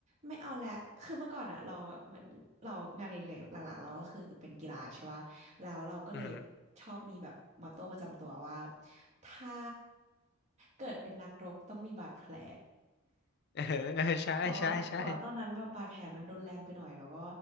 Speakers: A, on the right; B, on the left.
A: ไม่เอาละคือเมื่อก่อนอะเราแบบเหมือนเรางานในเหล็กหลักๆเราก็คือเป็นกีฬาใช่ปะแล้วเราก็เลย
B: อือหือ
A: ชอบมีแบบมอตโต้ประจำตัวว่าถ้าเกิดเป็นนักรบต้องมีบาดแผล
B: <laughs> เออเออใช่ใช่ใช่
A: แต่ว่าแต่ว่าตอนนั้นแบบบาดแผลมันรุนแรงไปหน่อยแล้วก็